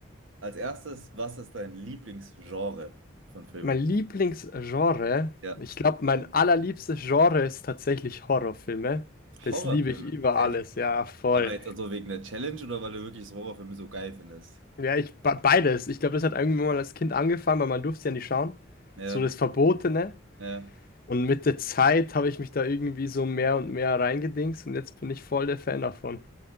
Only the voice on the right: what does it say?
als erstes, was ist dein Lieblingsgenre von Filmen?
Ja,
Horrorfilme.
Echt?
Aber jetzt also wegen der Challenge oder weil du wirklich so Horrorfilme so geil findest?
Ja,
ja.